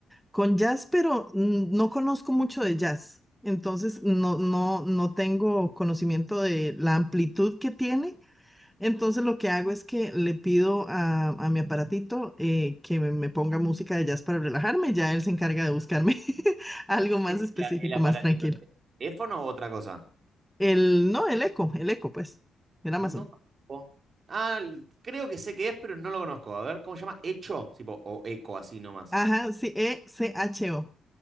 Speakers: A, in the centre; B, on the right.
A: Con jazz, pero mm, no conozco mucho de jazz, entonces no, no, no tengo conocimiento de la amplitud que tiene. Entonces lo que hago es que le pido a, a mi aparatito eh, que me, me ponga música de jazz para relajarme, ya él se encarga de buscarme <laughs> algo más
B: ¿Qué ¿Es
A: específico,
B: la- el aparatito,
A: más tranquilo.
B: el teléfono o otra cosa?
A: El, no, el eco, el eco, pues, el Amazon.
B: No conozco. Ah, l- creo que sé qué es, pero no lo conozco. A ver, ¿cómo se llama? ¿Echo? Tipo, o eco, así nomás.
A: Ajá, sí, E-C-H-O.